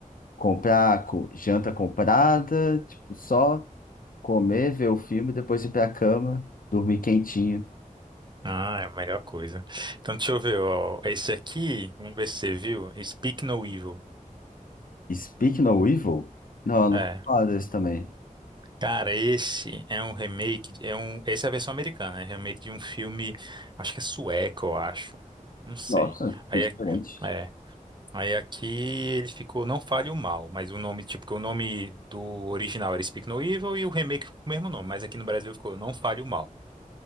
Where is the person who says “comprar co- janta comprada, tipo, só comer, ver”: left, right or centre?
Left